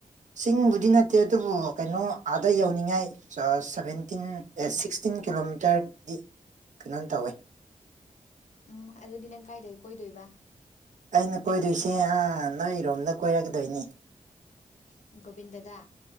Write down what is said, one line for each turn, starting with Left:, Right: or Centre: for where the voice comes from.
Right: ꯆꯤꯡꯕꯨꯗꯤ ꯅꯠꯇꯦ ꯑꯗꯨꯕꯨ ꯀꯩꯅꯣ ꯑꯥꯗ ꯌꯧꯅꯤꯡꯉꯥꯏ ꯁꯑ ꯁꯚꯦꯟꯇꯤꯟ ꯑꯦ ꯁꯤꯛꯁꯇꯤꯟ ꯀꯤꯂꯣꯃꯤꯇꯔꯗꯤ ꯅꯪ ꯇꯧꯋꯦ
Left: ꯎꯝ ꯑꯗꯨꯗꯤ ꯅꯪ ꯀꯥꯏꯗꯩ ꯀꯣꯏꯗꯣꯏꯕ
Right: ꯑꯩꯅ ꯀꯣꯏꯗꯣꯏꯁꯦ ꯑꯥ ꯅꯣꯏꯔꯣꯝꯅ ꯀꯣꯏꯔꯛꯀꯗꯣꯏꯅꯤ
Left: ꯒꯣꯕꯤꯟꯗꯗ